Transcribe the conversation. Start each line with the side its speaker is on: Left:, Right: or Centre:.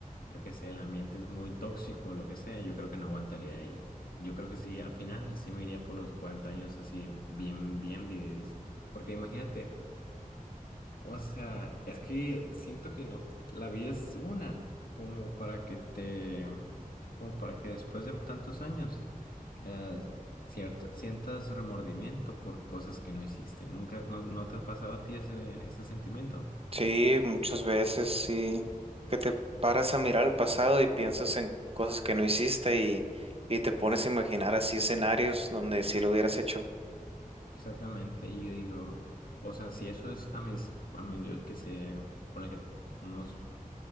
Left: yo qué sé, el ambiente es muy tóxico, lo que sea, yo creo que no aguantaría. Y yo creo que sí, al final sí me iría por los 40 años así, bien, bien vividos. Porque imagínate. O sea, es que siento que no, la vida es una, como para que te, como para que después de tantos años, eh, cierto, sientas remordimiento por cosas que no hiciste. Nunca, no, no te ha pasado a ti ese, ese sentimiento.
Right: Sí, muchas veces sí, que te paras a mirar al pasado y piensas en cosas que no hiciste y, y te pones a imaginar así escenarios donde sí lo hubieras hecho.
Left: Exactamente. Y yo digo, o sea, si eso es a mis, a mí, yo que sé, ponle que unos